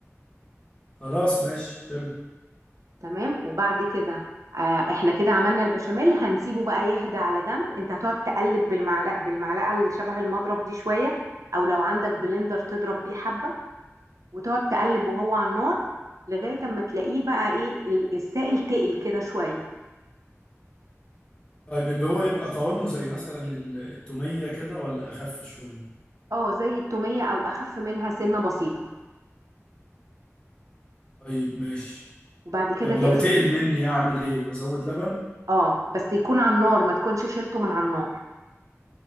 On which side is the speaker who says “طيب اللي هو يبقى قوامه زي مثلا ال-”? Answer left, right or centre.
Left